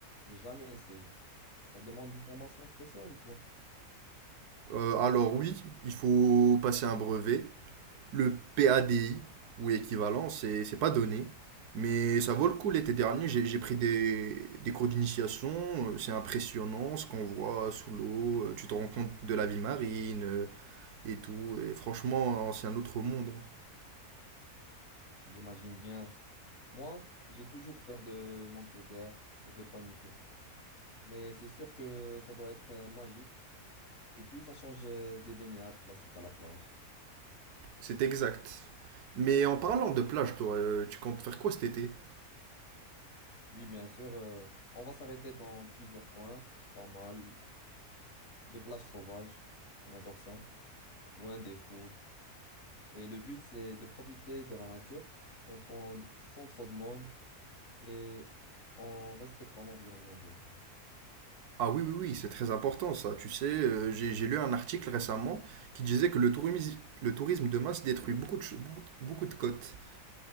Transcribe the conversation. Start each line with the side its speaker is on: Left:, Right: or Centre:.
Left: J'ai jamais essayé. Ça demande une formation spéciale ou quoi?
Right: Euh, alors oui, il faut passer un brevet. le PADI ou équivalent, c'est c'est pas donné. Mais ça vaut le coup l'été dernier, j'ai j'ai pris des, des cours d'initiation, euh, c'est impressionnant ce qu'on voit sous l'eau, euh, tu te rends compte de la vie marine euh, et tout, et franchement euh, c'est un autre monde. hein.
Left: J'imagine bien. Moi, j'ai toujours peur de manquer d'air ou de paniquer. Mais c'est sûr que ça doit être euh, magique. Et puis, ça change euh, des baignades classiques à la plage.
Right: C'est exact. Mais en parlant de plage, toi, euh, tu comptes faire quoi cet été?
Left: Oui, bien sûr, euh, on va s'arrêter dans plusieurs coins, pas mal, de plages sauvages. On adore ça, loin des foules. Et le but, c'est de profiter de la nature sans trop, sans trop de monde et en respectant l'environnement, bien sûr.
Right: Ah oui, oui, oui, c'est très important ça, tu sais, euh, j'ai j'ai lu un article récemment qui disait que le tourisme, le tourisme de masse détruit beaucoup de, ch- beaucoup, beaucoup de côtes.